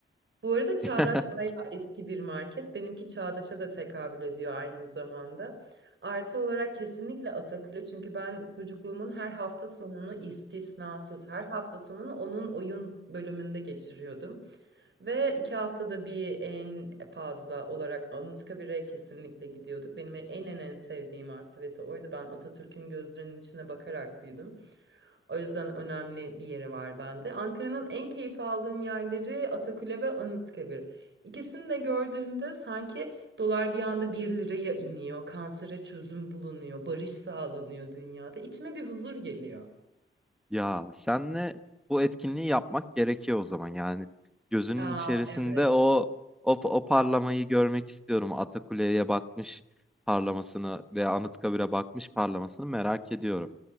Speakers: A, on the right (about 65°); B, in the centre.
A: Bu arada Çağdaş
B: <laughs>
A: bayağı eski bir market. Benimki Çağdaş'a da tekabül ediyor aynı zamanda. Artı olarak kesinlikle Atakül'ü çünkü ben çocukluğumun her hafta sonunu istisnasız her hafta sonunu onun oyun bölümünde geçiriyordum. Ve iki haftada bir en fazla olarak Anıtkabir'e kesinlikle gidiyorduk. Benim en en en sevdiğim aktivite oydu. Ben Atatürk'ün gözlerinin içine bakarak büyüdüm. O yüzden önemli bir yeri var bende. Ankara'nın en keyif aldığım yerleri Atakule ve Anıtkabir. İkisini de gördüğümde sanki dolar bir anda bir liraya iniyor, kansere çözüm bulunuyor, barış sağlanıyor dünyada. İçime bir huzur geliyor.
B: Ya senle bu etkinliği yapmak gerekiyor o zaman. Yani gözünün
A: Aa
B: içerisinde
A: evet.
B: o o, o parlamayı görmek istiyorum. Atakule'ye bakmış parlamasını veya Anıtkabir'e bakmış parlamasını merak ediyorum.